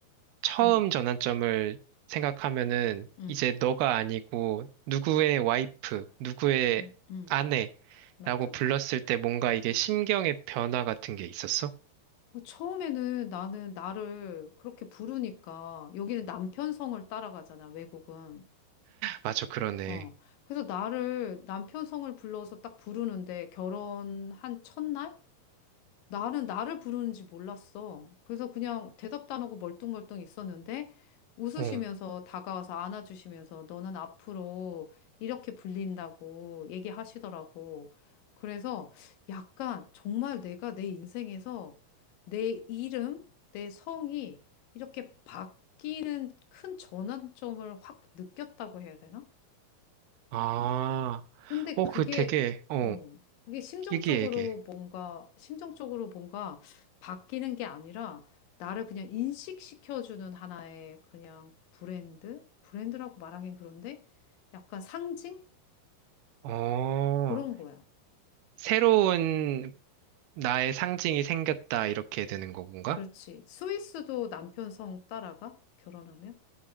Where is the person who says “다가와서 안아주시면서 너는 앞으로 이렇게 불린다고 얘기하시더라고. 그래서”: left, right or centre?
Left